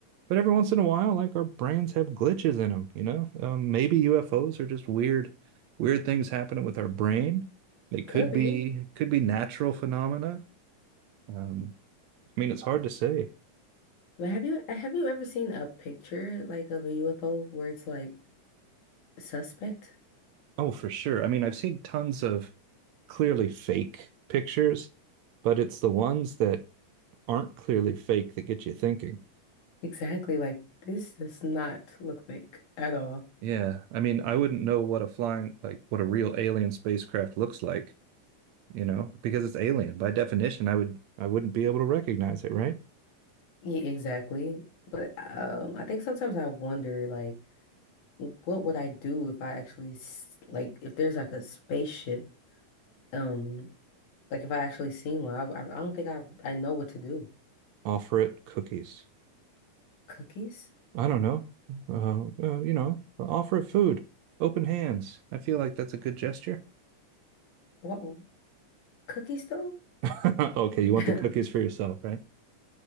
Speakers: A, on the right (about 75°); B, on the left (about 65°).
A: But every once in a while, like our brains have glitches in them, you know? Um, maybe UFOs are just weird, weird things happening with our brain. They could
B: could be.
A: be could be natural phenomena. Um, I mean, it's hard to say.
B: But have you have you ever seen a picture like of a UFO where it's like suspect?
A: Oh, for sure. I mean, I've seen tons of clearly fake pictures, but it's the ones that aren't clearly fake that get you thinking.
B: Exactly, like this does not look fake at all.
A: Yeah, I mean, I wouldn't know what a flying, like what a real alien spacecraft looks like you know, because it's alien. By definition, I would I wouldn't be able to recognize it, right?
B: Yeah, exactly. But um, I think sometimes I wonder like what would I do if I actually s- like if there's like a spaceship um like if I actually seen one. I, I I don't think I I know what to do.
A: Offer it cookies.
B: Cookies?
A: I don't know. Uh, uh, you know, offer it food. Open hands. I feel like that's a good gesture.
B: What cookies though?
A: <laughs> okay, you want
B: <laughs>
A: the cookies for yourself, right?